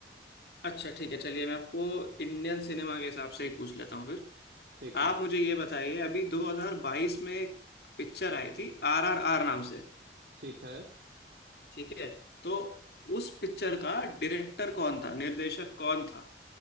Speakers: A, on the left (about 60°); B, on the right (about 60°).
A: अच्छा ठीक है चलिए मैं आपको इंडियन सिनेमा के हिसाब से ही पूछ लेता हूँ फिर
B: ठीक
A: आप
B: है
A: मुझे ये बताइए अभी 2022 में एक पिक्चर आई थी आरआरआर नाम से
B: ठीक है
A: ठीक है तो उस पिक्चर का डायरेक्टर कौन था निर्देशक कौन था